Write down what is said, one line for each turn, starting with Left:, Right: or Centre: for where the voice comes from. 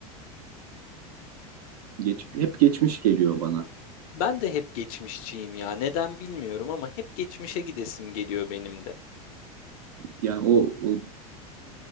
Right: Geç, hep geçmiş geliyor bana.
Left: Ben de hep geçmişçiyim ya. Neden bilmiyorum ama hep geçmişe gidesim geliyor benim de.
Right: Yani o, o,